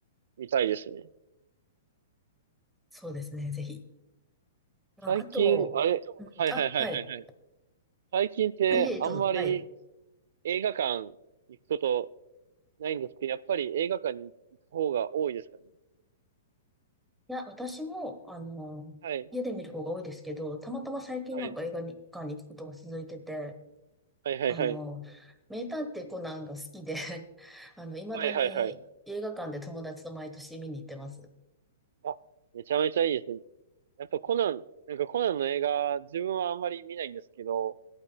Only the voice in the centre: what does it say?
そうですね、ぜひ。まあ、
あと、
うん、
あ、はい。
あいえ、どうぞ。はい。
いや、私も、あの、
家で見る方が多いですけど、たまたま最近なんか映画館に行くことが続いてて、
あの、名探偵コナンが好きで <laughs> あの、未だに映画館で友達と毎年見に行ってます。
い